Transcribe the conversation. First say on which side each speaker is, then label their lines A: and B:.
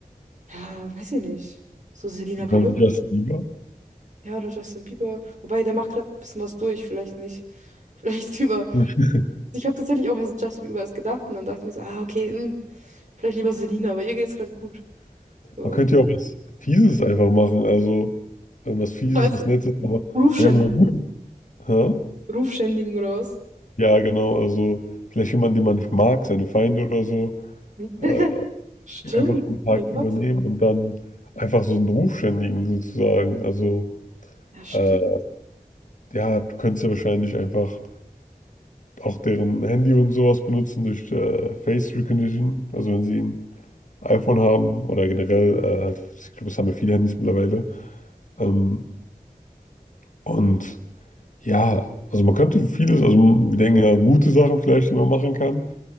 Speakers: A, on the right (about 55°); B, on the left (about 60°).
A: ja, weiß ich nicht. So Selena
B: Ja,
A: Gomez.
B: wie Justin Bieber.
A: Ja, oder Justin Bieber. Wobei, der macht gerade ein bisschen was durch, vielleicht nicht. Vielleicht <laughs> lieber.
B: <laughs>
A: Ich habe tatsächlich auch erst an Justin Bieber erst gedacht und dann dachte ich mir so, ah, okay, hm, vielleicht lieber Selina, aber ihr geht's gerade gut. So.
B: Man könnte ja auch was Fieses einfach machen, also äh, was Fieses,
A: Weißt
B: was
A: du,
B: Nettes, aber
A: Rufschänd
B: wir haben über gut. Hä?
A: Rufschändigen oder was?
B: Ja, genau, also vielleicht jemanden, den man nicht mag, seine Feinde oder so,
A: <laughs>
B: äh,
A: Stimmt,
B: einfach einen Tag
A: mein
B: übernehmen
A: Gott.
B: und dann einfach so einen Ruf schändigen sozusagen. Also
A: Ja, stimmt.
B: äh, ja, du könntest ja wahrscheinlich einfach auch deren Handy und sowas benutzen durch äh, Face Recognition, also wenn sie ein iPhone haben oder generell, äh, ich glaube, das haben ja viele Handys mittlerweile. Ähm, und Ja, also man könnte vieles, also wir denken ja an gute Sachen vielleicht, die man machen kann.